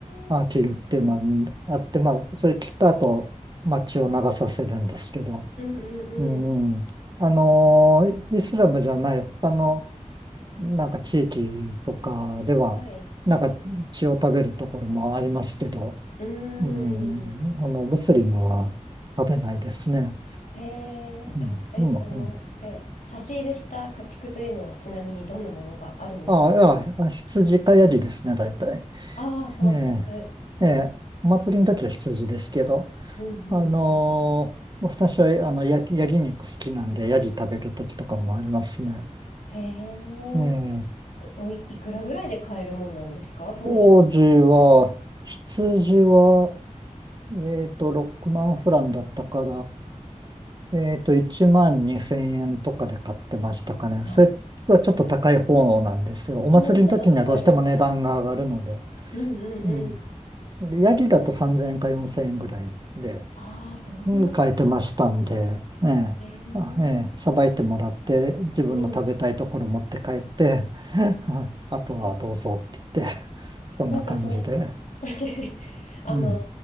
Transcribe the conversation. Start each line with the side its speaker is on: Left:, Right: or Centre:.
Right: あ切るっていうのがあって、
Left: ー、うんうん
Right: まあ、それ切った後、まあ、血を流させるんですけど、
Left: うんうん。
Right: うん。あのーイイスラムじゃない他のなんか地域とかでは、
Left: はい。
Right: なんか血を食べるところもありますけど、
Left: うーん。
Right: うん、あの、ムスリムは食べないですね。
Left: へえ、
Right: うん、
Left: あ、え、
Right: でも、
Left: その、
Right: うん
Left: え、差し入れした家畜というのはちなみにどんなものがあるんですか
Right: ああ、いや、あ羊かヤギですね、大体。
Left: ああー、その2つ。
Right: ええ、ええ、
Left: うん
Right: お祭りの時は羊ですけど、
Left: うんうん
Right: あのー私は、あの、ヤギ、ヤギ肉好きなんで、ヤギ食べる時とかもありますね。
Left: へえ、
Right: ええ、
Left: おい、いくらぐらいで買えるもんなんですかそのい、
Right: 当時は、羊は、えっと、6万フランだったから、えっと、1万2千円とかで買ってましたかね。
Left: あ、
Right: それはちょっと高い方なんですよ。お祭りの時にはどうしても値段が上がるので。
Left: うん、ちょっと高い。うんうんうん。
Right: うんでヤギだと3000円か4000円ぐらいで、
Left: ああ、そうなんです
Right: うん買えてましたんで、ええ、
Left: ね。
Right: あええ、さばいてもらって、自分の食べたいところ持って帰って、
Left: うん。
Right: <laughs> ああとはどうぞって言って、
Left: え、
Right: <laughs> そんな感じで。
Left: なんかそれ <laughs> あの、
Right: うん。